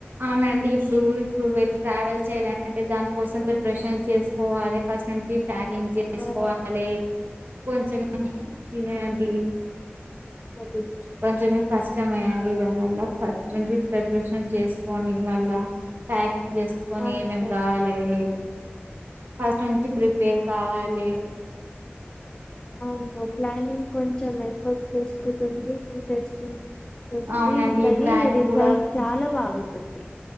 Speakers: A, on the right; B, on the left.
A: అవునండి ఇప్పుడు ఇప్పుడు వీళ్ళు ట్రావెల్ చేయ్యాల అంటే దానికోసం ప్రిపరేషన్స్ చేస్తు పోవాలే ఫస్ట్ నుంచి ప్యాకింగ్ చే చేసుకోవాలి
B: ఆ
A: కొంచెం <unintelligible>
B: నువ్ తిన్
A: కొంచెం ఫస్ట్ టైమ్ అయ్యండి దానివల్ల ఫస్ట్ నుంచి ఫ <unintelligible> చేసుకోని మళ్ళ ప్యాకింగ్ చేసుకొని
B: అవును
A: ఏమేం కావాలి అవి ఫస్ట్ నుంచి ప్రిపేర్ కావాలి
B: అవును ప్లానింగ్ కొంచెం ఎఫర్ట్ తెసుకుతుంది తెసుకుంది ఉంది
A: అవునండి
B: కాని
A: ప్లానింగ్
B: రిసల్ట్
A: కూడా
B: చాలా బాగుంటుంది